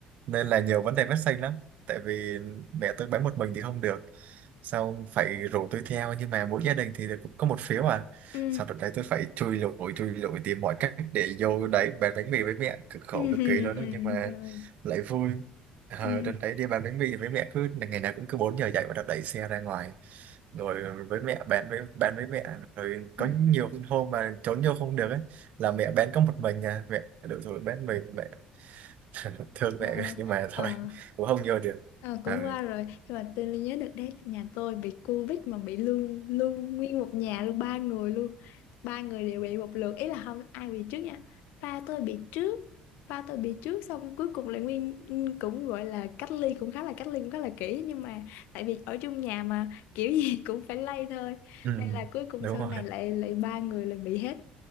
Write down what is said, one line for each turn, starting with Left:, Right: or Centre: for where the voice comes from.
Right: nên là nhiều vấn đề phát sinh lắm tại vì mẹ tôi bán một mình thì không được sau phải rủ tôi theo nhưng mà mỗi gia đình thì được có một phiếu à
Left: ừ
Right: sau đó đấy tôi phải chui lủi chui lủi tìm mọi cách để vô đấy bán bánh mì với mẹ cực khổ
Left: ừ <laughs>
Right: cực
Left: ừ
Right: kỳ luôn
Left: ừ,
Right: đó nhưng mà
Left: ừ, trời
Right: lại vui ờ,
Left: ừ
Right: đợt đấy đi bán bánh mì với mẹ cứ ngày nào cũng cứ bốn giờ dậy và đợt đẩy xe ra ngoài rồi với mẹ bán với bán với mẹ rồi có
Left: <laughs>
Right: nhiều hôm mà trốn vô không được ấy là mẹ bán có một mình à mẹ đủ rồi bán mình mẹ <laughs> thương
Left: Ờ,
Right: mẹ rồi, nhưng mà thôi
Left: ờ,
Right: cũng không vô được
Left: ờ,
Right: Ờ.
Left: cũng qua rồi nhưng mà tôi nhớ được đấy là nhà tôi bị Covid mà bị luôn luôn nguyên một nhà luôn ba người luôn ba người đều bị một lượt ý là không ai bị trước nha ba tôi bị trước ba tôi bị trước xong cuối cùng lại nguyên cũng gọi là cách ly cũng khá là cách ly cũng khá là kỹ nhưng mà tại vì ở chung nhà mà kiểu gì <laughs> cũng phải lây thôi
Right: ừ.
Left: nên là cuối cùng
Right: đúng
Left: sau
Right: rồi
Left: này lại lại ba người lại bị hết